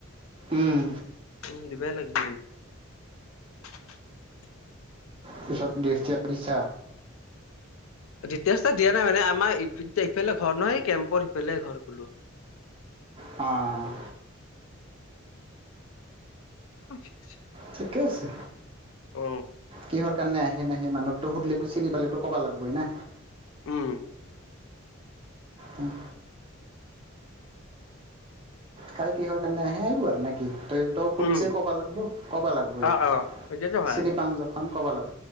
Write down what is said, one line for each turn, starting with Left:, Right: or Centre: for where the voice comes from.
Right: উম,
Left: উম, দিবায় লাগব <unintelligible>
Right: পিছত <unintelligible>
Left: <unintelligible> দিয়া নাই মানে, আমাৰ ইফালে ঘৰ নহয়, কেম্পৰ সিফালে ঘৰ কলো।
Right: অ'
Left: <unintelligible>
Right: ঠিকে আছে
Left: অ
Right: কিহৰ সেইকাৰণে আহে নাহে মানুহকতো সধিলেতো চিনি পালেতো ক'ব লাগিবই না।
Left: উম।
Right: উম। কাই কিহৰ কাৰণে আহে আহিবো আৰু নেকি। তই তই সুধছে
Left: উম
Right: কবা লাগব কবা লাগিবই
Left: অ অ সেইটোতো হয়
Right: চিনি পাং যখন কবা লাগ।